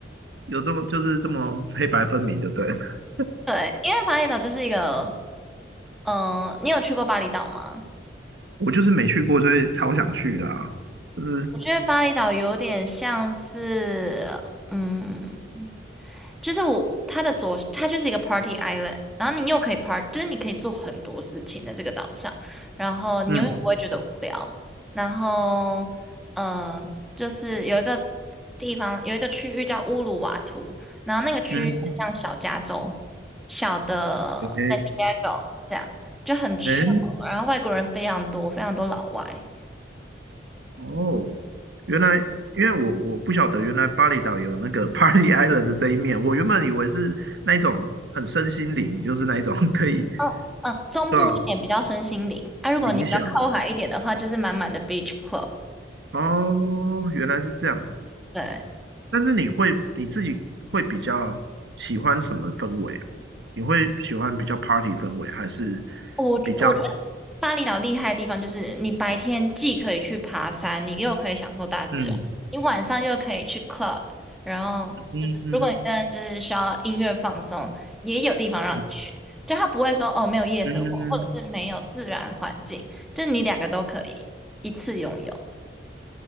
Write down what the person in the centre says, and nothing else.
对，因为巴厘岛就是一个，嗯、你有去过巴厘岛吗？
我觉得巴厘岛有点像是，嗯，就是我它的左，它就是一个 party island，然后你又可以 part，就是你可以做很多事情在这个岛上，然后你永远不会觉得无聊。
然后，嗯、呃就是有一个地方，有一个区域叫乌鲁瓦图，然后那个区域很像小加州，
小的在
Diego 这样，就很 chill，
然后外国人非常多，非常多老外。
嗯嗯，中部一点比较身心灵，
啊，如果你比较靠海一点的话，
就是满满的 beach club。
对，
我觉我觉得
巴厘岛厉害的地方就是你白天既可以去爬山，你又可以享受大自然，
你晚上又可以去 club，然后就是如果你真的就是需要音乐放松，
也有地方让你去，
就他不会说哦没有夜生活，
或者是没有自然环境，就你两个都可以一次拥有。